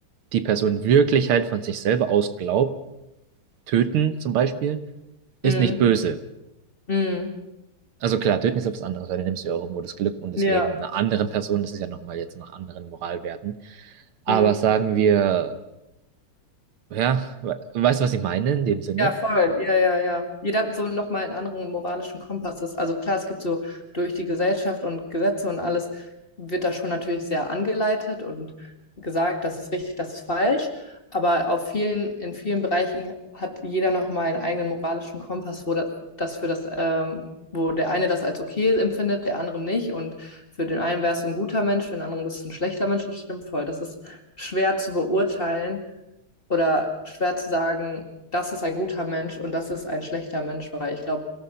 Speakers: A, on the right (about 80°); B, on the left (about 25°).
A: die Person wirklich halt von sich selber aus glaubt, Töten zum Beispiel ist
B: Mm,
A: nicht böse.
B: mm,
A: Also klar, töten ist etwas anderes, weil dann nimmst du ja auch irgendwo das Glück und das
B: ja.
A: Leben einer anderen Person. Das ist ja nochmal jetzt nach anderen Moralwerten. Aber
B: Mm.
A: sagen wir, ja, we weißt du, was ich meine in dem Sinne?
B: Ja, voll. Ja, ja, ja. Jeder hat so nochmal einen anderen moralischen Kompass. Das- Also klar, es gibt so durch die Gesellschaft und Gesetze und alles wird da schon natürlich sehr angeleitet und gesagt, das ist richtig, das ist falsch. Aber auf vielen, in vielen Bereichen hat jeder nochmal einen eigenen moralischen Kompass, wo das, das für das, ähm, wo der eine das als okay empfindet, der andere nicht. Und für den einen wärst du ein guter Mensch, für den anderen bist du ein schlechter Mensch. Das stimmt voll. Das ist schwer zu beurteilen oder schwer zu sagen, das ist ein guter Mensch und das ist ein schlechter Mensch, weil ich glaube,